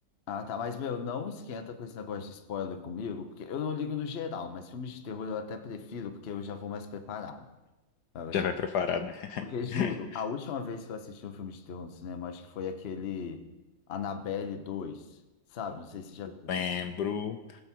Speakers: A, on the left; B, on the left.
A: Ah, tá. Mas, meu, não esquenta com esse negócio de spoiler comigo, porque eu não ligo no geral, mas filmes de terror eu até prefiro, porque eu já vou mais preparado. sabe? Eu
B: Já
A: já-
B: vai preparado, né?
A: Porque, juro,
B: <laughs>
A: a última vez que eu assisti um filme de terror no cinema, acho que foi aquele Annabelle 2, sabe? Não sei se já viu
B: Lembro,
A: também.